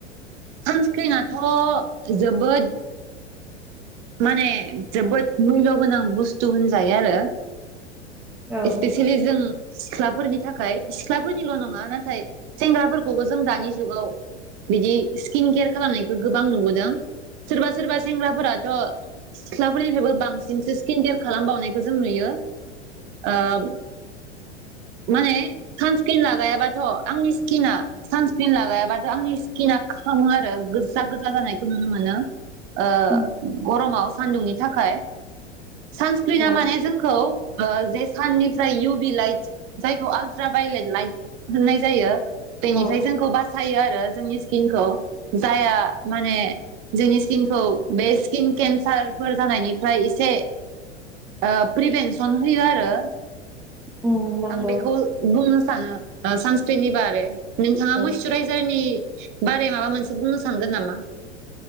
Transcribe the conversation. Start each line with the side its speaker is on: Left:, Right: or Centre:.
Right: सानस्क्रिनाथ जोबोद माने जोबोद मुल्य गोनां बुस्थु होनजायो आरो
Centre: औ
Right: इसपेसियेलि जों सिख्लाफोरनि थाखाय। सिख्लाफोरनिल' नङा नाथाय सेंग्राफोरखौबो जों दानि जुगाव बिदि स्किन केयार खालामनायखौ गोबां नुबोदों सोरबा सोरबा सेंग्राफोरा थ सिख्लाफोरनिफ्रायबो बांसिनसो स्किन केयार खालामबावनायखौ जों नुयो ओ माने सानस्क्रिन लागायाबाथ आंनि स्किना सानस्क्रिन लागायाबाथ आंनि स्किना खामो आरो गोजा गोजा जानायखौ नुनो मोनो ओ
Centre: उम
Right: गरमाव सानदुंनि थाखाय सानस्क्रिना
Centre: औ
Right: माने जोंखौ ओ जे साननिफ्राय इउ बि लाइट जायखौ आलट्रा भायलेट लाइट होननाय जायो बेनिफ्राय
Centre: औ
Right: जोंखौ बासायो आरो जोंनि सि स्किनखौ जायहा माने जोंनि स्किनखौ बे स्किन केन्सारफोर जानायनिफ्राय एसे ओ प्रिभेनसन होयो आरो
Centre: उम नंगौ
Right: आं बेखौ बुंनो सानो सानस्क्रिननि बारे नोंथाङा
Centre: औ
Right: मयस्चुराइजारनि बाराय माबा मोनसे बुंनो सानगोन नामा